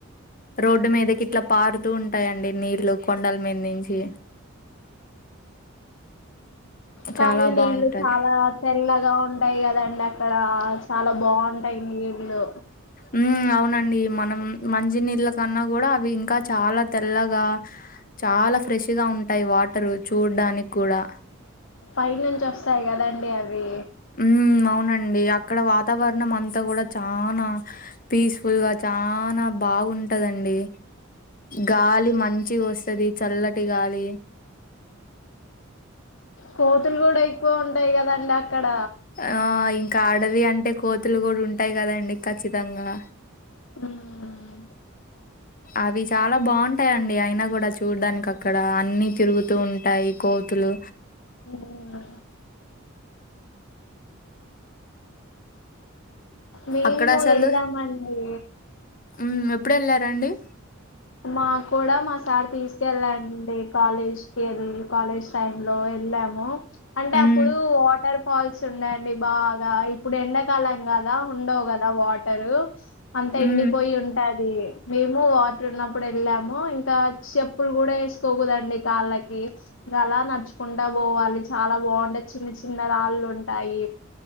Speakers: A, on the left; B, on the left.
A: రోడ్డు మీదకి ఇట్లా పారుతూ ఉంటాయండి. నీళ్లు కొండల మీద నుంచి
B: కానీ
A: చాలా
B: నేను
A: బాగుంటది
B: చాలా తెల్లగా ఉంటాయి. కదండి అక్కడ చాలా బాగుంటాయి. నీళ్లు
A: ఉ అవునండి మనం మంచినీళ్ళ కన్నా కూడా అవి ఇంకా చాలా తెల్లగా చాలా ఫ్రెష్ గా ఉంటాయి. వాటరు చూడడానికి కూడా
B: పై నుంచి వస్తాయి కదండి అవి
A: ఉ అవునండి అక్కడ వాతావరణం అంతా కూడా చానా పీస్ఫుల్ గా చానా బాగుంటదండి గాలి మంచిగా వస్తది చల్లటి గాలి
B: కోతులు కూడా ఎక్కువ ఉంటాయి. కదండి అక్కడ
A: ఆ ఇంకా అడవి అంటే కోతులు కూడా ఉంటాయి. కదండి ఖచ్చితంగా
B: ఉమ్
A: అవి చాలా బాగుంటాయి టాయండి అయినా కూడా చూడ్డానికి అక్కడ అన్నీ తిరుగుతూ ఉంటాయి కోతులు
B: ఉమ్ నా మేము
A: అక్కడ అసలు
B: ఎళ్ళామండి
A: ఉమ్ ఎప్పుడెళ్ళారండి
B: మాకు కూడా మా సార్ తీసుకెళ్ళా అండి కాలేజ్కి ఎళ్ళి కాలేజ్ టైం లో ఎళ్ళాము అంటే
A: ఉమ్
B: అప్పుడు వాటర్ ఫాల్స్ ఉన్నాయండి బాగా ఇప్పుడు ఎండాకాలం కదా ఉండవు కదా వాటరు అంతా
A: ఉమ్
B: ఎండిపోయి ఉంటాది మేము వా ట్రున్నప్పుడు ఎళ్ళాము ఇంకా చెప్పులు కూడా ఏసుకోకూదండి కాళ్ళకి గలా నడుచుకుంటా పోవాలి చాలా బావుండే చిన్న చిన్న రాళ్లుంటాయి